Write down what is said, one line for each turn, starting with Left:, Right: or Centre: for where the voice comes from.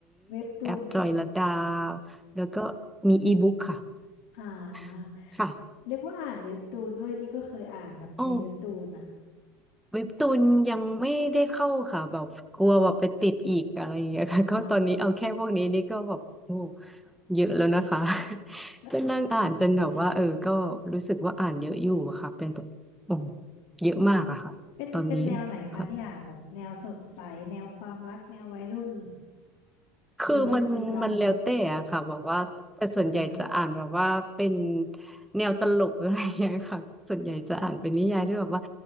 Left: เว็บตูนไหม
Centre: แอปจอยลดาแล้วก็มีอีบุ๊กค่ะ
Left: อ่า
Centre: <laughs> ค่
Left: นึกว่าอ่านเว็บตูนด้วยนี่ก็เคยอ่านแบบในเว็บตูนอ่ะ
Centre: ะ เว็บตูนยังไม่ได้เข้าค่ะแบบกลัวแบบไปติดอีกอะไรอย่างเงี้ยค่ะ <laughs>
Left: อ๋อ
Centre: ก็ตอนนี้เอาแค่พวกนี้นี่ก็แบบโอ้เยอะแล้วนะคะ <laughs>
Left: แล้ว
Centre: ก็นั่งอ่านจนแบบว่าเออก็รู้สึกว่าอ่านเยอะอยู่ค่ะเป็นแบบโอ้เยอะมากอะค่ะตอนนี้
Left: เป็นเป็นแนวไหนคะที่อ่านแบบแนวสดใสแนวความรักแนววัยรุ่น
Centre: ค่ะ คือมันมันแล้วแต่อะค่ะแบบว่าแต่ส่วนใหญ่จะอ่านแบบว่าเป็น
Left: หรือว่าลึกลับอ่า
Centre: แนวตลกอะไรอย่างเงี้ยค่ะส่วนใหญ่จะอ่านเป็นนิยายด้วยแบบว่า